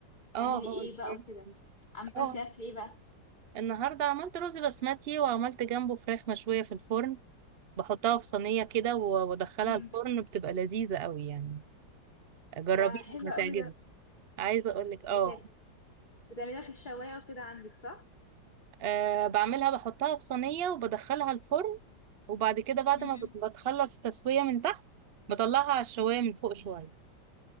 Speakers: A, on the left; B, on the right.
A: هتعملي
B: اه هو
A: ايه
B: الحر.
A: بقى وكده عملتي
B: اه
A: اكل ايه بقى
B: النهاردة عملت رز بسمتي وعملت جنبه فراخ مشوية في الفرن بحطها في صينية كده و- وادخلها
A: امم
B: الفرن بتبقى لذيذة قوي يعني جربيها
A: ده حلو
B: هتعجبك
A: قوي ده
B: عايزه اقولك اه
A: بتاع بتعمليها في الشوايه وكده عندك صح
B: آه، بعملها بحطها في صينيه وبدخلها الفرن وبعد كده بعد
A: امم
B: ما بت- بتخلص تسويه من تحت بطلعها على الشوايه من فوق شويه